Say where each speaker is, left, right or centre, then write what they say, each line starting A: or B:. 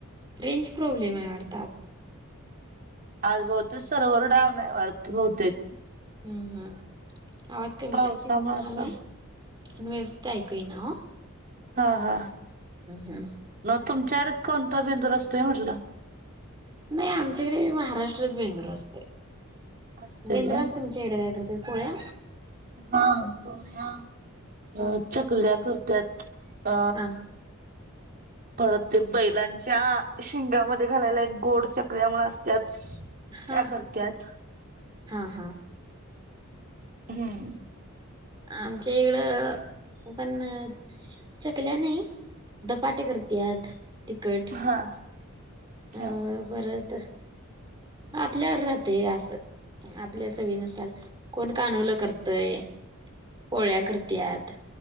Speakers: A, on the right; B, on the right.
A: रेंज प्रॉब्लेम आहे वाटत आज.
B: आज बहुतेक सर्वर डावुन आहे वाटत बहुतेक.
A: हम्म हम्म आवाज कमी
B: पावसामुळे
A: जास्ती पण व्हालाय,
B: असेल
A: आणि व्यवस्थित ऐकू येईना हो.
B: हा हा
A: हम्
B: मग तुमच्याकडे कोणता बेंदूर असतोय म्हटल?
A: नाही आमच्याकडेही महाराष्ट्रच बेंदूर असतय.
B: असतय
A: बेंद्राल
B: व्हय
A: तुमच्या इकडे काय करतात पोळ्या?
B: हा पोळ्या,
A: हा
B: चकल्या करतात अ
A: हा
B: परत ते बैलांच्या शिंगामध्ये घालायला एक गोड चकल्या माळा असत्यात.
A: हा
B: त्या करत्यात
A: हा हा
B: हम्म
A: आमच्या इकड पण चकल्या नाही धपाटे करत्यात तिखट.
B: हा
A: अ
B: हा
A: परत आपल्यावर राहते अस, आपल्या चविनुसार. कोण कानवल करतय. पोळ्या करत्यात.